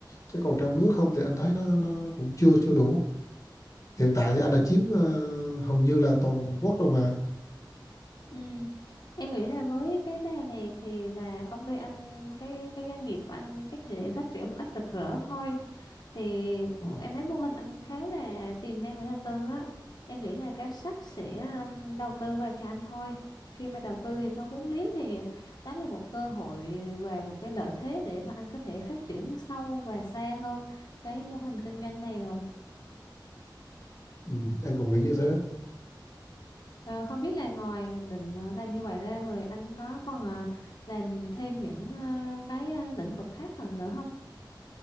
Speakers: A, on the left; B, on the left.
A: chứ còn trong nước không thì anh thấy nó nó cũng chưa chưa đủ hiện tại thì anh đã chiếm ờ, hầu như là toàn quốc rồi mà
B: Ừ. Em nghĩ là với cái đề này thì là công ty anh cái cái doanh nghiệp của anh chắc sẽ phát triển một cách rực rỡ thôi thì ừ,
A: ừ.
B: em thấy mô hình anh khá là tiềm năng để đầu tư á em nghĩ là các sắc sẽ um, đầu tư vào cho anh thôi khi mà đầu tư thì có vốn liếng thì đó là một cơ hội và một cái lợi thế để mà anh có thể phát triển sâu và xa hơn cái mô hình kinh doanh này rồi
A: Ừ, anh cũng nghĩ như thế
B: Ờ, không biết là ngoài định ờ, làm như vậy ra rồi anh có còn ờ, làm thêm những ờ, cái ờ, lĩnh vực khác nữa nữa không?